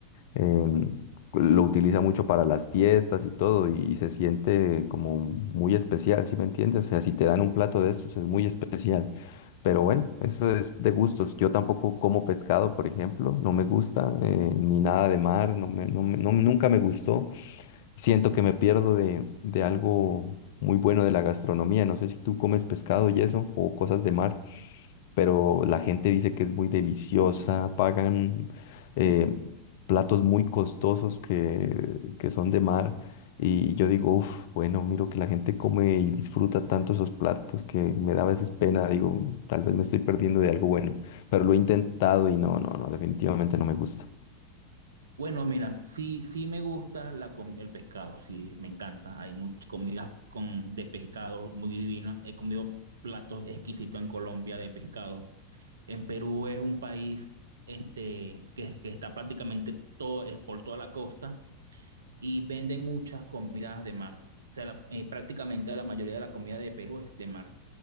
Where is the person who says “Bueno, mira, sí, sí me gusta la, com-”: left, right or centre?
Right